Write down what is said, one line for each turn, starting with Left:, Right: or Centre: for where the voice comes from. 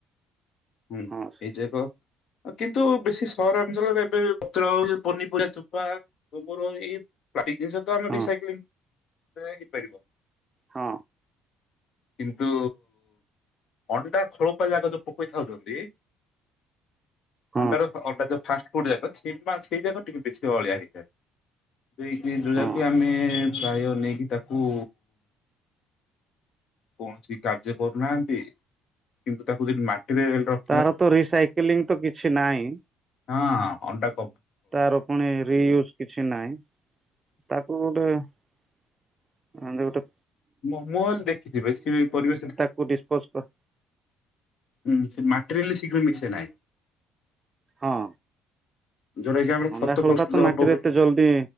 Left: ହୁଁ ଏଇ
Right: ହଁ ସାର୍
Left: ଯେ କ କିନ୍ତୁ ବେଶୀ ସହରାଞ୍ଚଳରେ ଏବେ ପତ୍ର ହଉ ପନିପରିବା ଚୋପା ଗୋବର ଏଇ ପ୍ଲାଟିକ ଜିନିଷ ତ ଆମେ
Right: ହଁ
Left: ରିସାଇକ୍ଲିଙ୍ଗ ହେ ହେଇପାରିବ।
Right: ହଁ।
Left: କିନ୍ତୁ ଅଣ୍ଡା ଖୋଳପା ଜାକ ଯୋ ପ କେଇଥାଉଛନ୍ତି
Right: ହଁ
Left: ଅଣ୍ଡାର
Right: ସାର୍
Left: ଅଣ୍ଡା ଯଉ ଫା ଖୋଳ ଟା ଯାକ ସେ ସେଇ ଯାକ ଟିକେ ବେଶୀ ଅଳିଆ ହେଇଥାଏ ଦେଇକି ଯୋଉ
Right: ହଁ।
Left: ଯାକୁ ଆମେ ପ୍ରାୟ ନେଇକି ତାକୁ କୌଣସି କାର୍ଯ୍ୟ କରୁନାହାନ୍ତି କିନ୍ତୁ ତାକୁ ଯଦି ମାଟିରେ ରଖ
Right: ତାର ତ ରିସାଇକେଲିଂ ତ କିଛି ନାଇଁ।
Left: ହଁ ଅଣ୍ଡା କ
Right: ତାର ପୁଣି ରିୟୁଜ କିଛି ନାହିଁ ତାକୁ ଗୋଟେ ଏମ୍ତି ଗୋଟେ
Left: ମୁଁ ମୁଁ ହେଲେ ଦେଖିଛି ବେଶୀ ବି ପରିବେଶ
Right: କୁ ଡିସପୋଜ୍ କର
Left: ହୁଁ ମାଟିରେ ହେଲେ ଶୀଘ୍ର ମିଶେ ନାହିଁ।
Right: ହଁ।
Left: ଯୋଉଟା କି ଆମର ଖତ
Right: ଅଣ୍ଡା ଖୋଳପା
Left: ପ୍ରସ୍ତୁତ
Right: ତ
Left: ହବ
Right: ମାଟିରେ
Left: ଗୋ
Right: ଏତେ ଜଲଦି